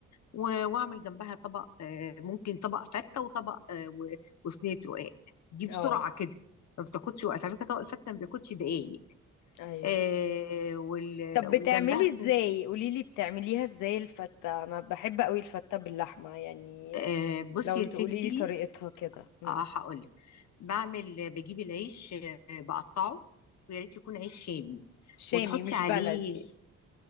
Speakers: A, on the left (about 65°); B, on the left (about 85°).
A: و- واعمل جنبها طبق آه، ممكن طبق فته وطبق آه، و- وصينيه رقاق دي بسرعه
B: اه
A: كده ما بتاخدش وقت على فكره طبق الفته ما بياخدش دقايق
B: أيوة
A: آه، وال-
B: طب
A: وجنبها
B: بتعملي
A: صينيه
B: ازاي
A: رقاق
B: قوليلي بتعمليها ازاي الفتة انا بحب قوي الفتة باللحمة يعني
A: آه، بصي
B: لو
A: يا
B: تقوليلي
A: ستي
B: طريقتها كده مم.
A: اه هقول لك بعمل بجيب العيش آه، بقطعه ويا ريت يكون عيش شامي
B: شامي
A: وتحطي
B: مش
A: عليه
B: بلدي